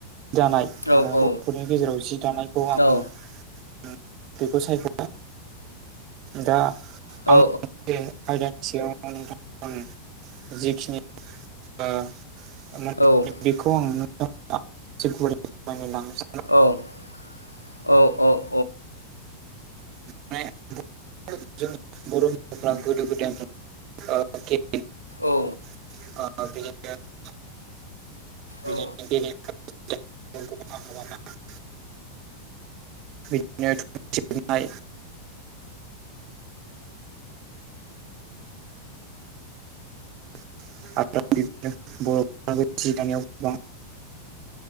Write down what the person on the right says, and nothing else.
दानाय माने
बर'फोरनि गेजेराव जि दानायखौ आं
<unintelligible> बेखौ सायख' दा
आं <unintelligible> बे आयदानि सायाव नोंथां ओ जिखिनि ओ <unintelligible>
बेखौ आं <unintelligible> लांनो सा <unintelligible>
<unintelligible> बर' <unintelligible> गोदो गोदायनिफ्राय <inaudible>
<inaudible> बिदिनो
गेले <inaudible> बिदिनो <unintelligible> नाय <inaudible> आरोनो <unintelligible> बर' <unintelligible> सि दानायाव गोबां